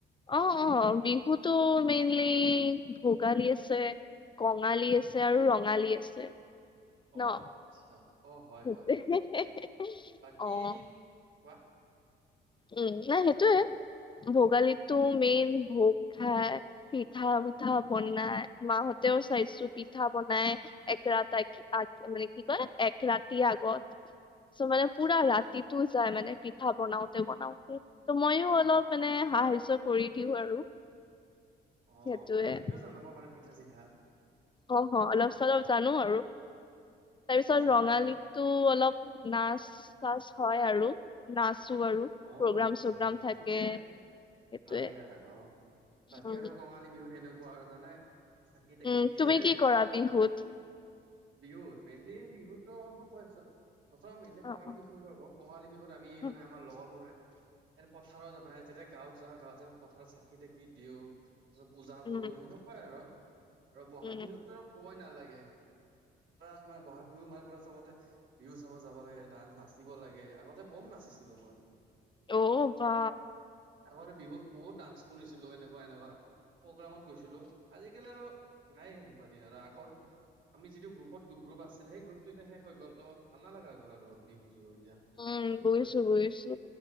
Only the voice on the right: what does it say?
অ আচ্ছা অ হয়
হয় বাকী
কোৱা।
অ',
মানে তুমিও জনা বনাব মানে পিঠা চিঠা।
অ মানে
আকৌ
অ
আচ্ছা
ঠিকে
ভালে অ', বাকী
আৰু কঙালী বিহুত কেনেকুৱা আৰু জানাই। চাকি তাকি
দিয়ে,
পথ
বিহুত মেইনলি বিহুত ত', মই কৈ আছো প্ৰথম মেইনলি কঙালী
বিহু কঙালী বিহুত আমি
মানে আমাৰ লগৰবোৰে, এনে পথাৰত মানে যেতিয়া গাঁৱত যাওঁ, গাঁৱত যাই পথাৰত চাকি তাকি দিওঁ, তাৰপিছত পূজা
কৰো সেনেকুৱাই আৰু আৰু বহাগ
বিহুততো ক'বই নালাগে, <unintelligible> মানে বহাগ বিহু মানে চবতে বিহু চাব যাব লাগে, তাত নাচিব লাগে, আগতে বম নাচিছিলো মই।
আগতে বিহুত বহুত ডান্স কৰিছিলো এনেকুৱা, এনেকুৱা। প্ৰগ্ৰামত গৈছিলোঁ, আজিকালি আৰু নাই সেনেকুৱা দিয়া, আৰু আগৰ আমি যিটো গ্ৰুপত গ্ৰুপ আছিলে, সেই গ্ৰুপটো এতি শেষ হৈ গ'ল ত' ভাল লগা হৈ গ'ল আৰু বিহু চিহু। এতিয়া
হয়